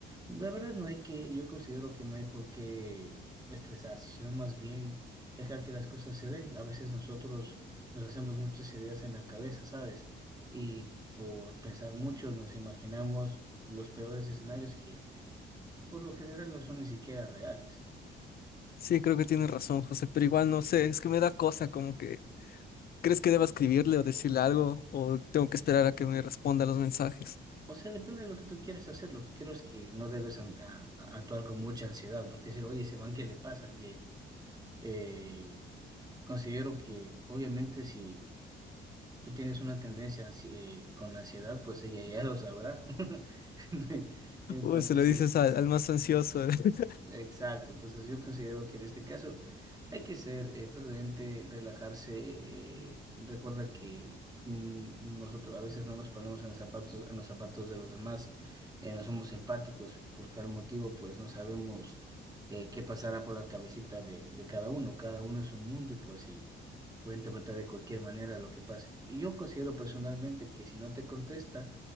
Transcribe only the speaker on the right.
La verdad no hay que, yo considero que no hay por qué estresarse, sino más bien dejar que las cosas se den. A veces nosotros nos hacemos muchas ideas en la cabeza, ¿sabes? Y por pensar mucho nos imaginamos los peores escenarios que por lo general no son ni siquiera reales.
O sea, depende de lo que tú quieras hacer. Lo que creo es que no debes an- a- a- actuar con mucha ansiedad, porque decir, oye, ese man, ¿qué le pasa? Que eh, considero que, obviamente, si tú tienes una tendencia ansi- eh, con ansiedad, pues ella ya lo sabrá. <laughs> Entonces,
sí es que,
si
Exacto, entonces yo considero que en este caso hay que ser eh, prudente, relajarse. eh, recuerda que mm, nosotros a veces no nos ponemos en los zapatos, en los zapatos de los demás, eh, no somos empáticos, por tal motivo pues no sabemos eh, qué pasará por la cabecita de, de cada uno. Cada uno es un mundo y pues sí, puede interpretar de cualquier manera lo que pase. Y Yo considero personalmente que si no te contesta,